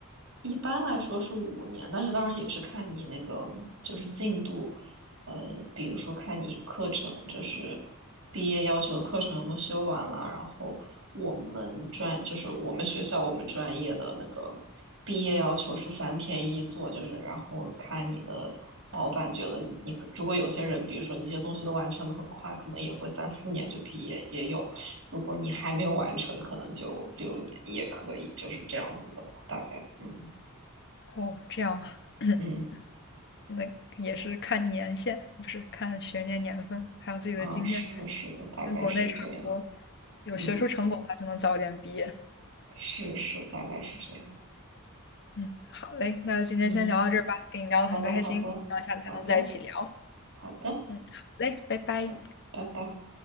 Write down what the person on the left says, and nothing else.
哦，这样啊，<coughs>
<clears throat> 那也是看年限，不是看学年年份，还有自己的经验，
跟国内差不多。有学术成果的话就能早点毕业。
嗯，好嘞，那今天先聊到这儿吧，
跟你聊得很开心，
希望下次还能在一起聊。
嗯，好嘞，拜拜。